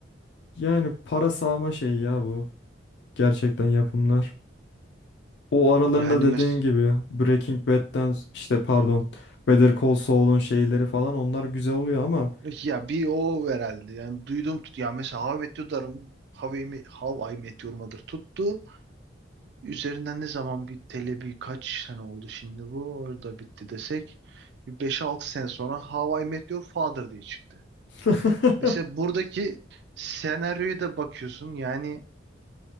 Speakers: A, on the left; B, on the right.
A: Yani para sağma şey ya bu. Gerçekten yapımlar. O aralarında
B: Yani
A: dediğin
B: mes
A: gibi Breaking Bad'den işte pardon Better Call Saul'un şeyleri falan onlar güzel oluyor ama
B: ya bir o herhalde. Yani duydum tut. Ya mesela How I Met Your Darım How I Met, How I Met Your Mother tuttu. Üzerinden ne zaman bir tele bir kaç sene oldu şimdi bu? Orada bitti desek. Bir beş altı sene sonra How I Met Your Father diye çıktı.
A: <laughs>
B: Mesela buradaki senaryoya da bakıyorsun. Yani